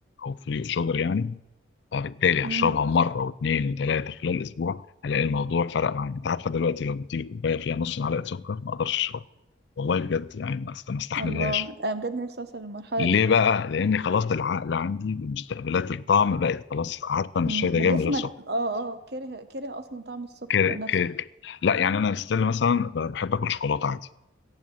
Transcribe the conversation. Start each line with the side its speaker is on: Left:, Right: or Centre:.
Left: او فري شوجر يعني فبالتالي
Right: امم
Left: هشربها مره واثنين وثلاثه خلال اسبوع هلاقي الموضوع فرق معايا انت عارفه دلوقتي لو جبت لي كوبايه فيها نص معلقه سكر ما اقدرش اشربها والله بجد يعني ما است- ما استحملهاش
Right: الله انا بجد نفسي اوصل للمرحلة
Left: ليه
Right: دي
Left: بقى؟ لأن خلاص العقل عندي بمستقبلات الطعم بقت خلاص عارفة إن الشاي
Right: أمم،
Left: ده جاي
Right: وجسمك
Left: من غير سكر.
Right: اه اه كره كره اصلا طعم السكر
Left: ك...
Right: نفسه
Left: ك... ك- لا يعني أنا ستيل مثلا بحب آكل شوكولاتة عادي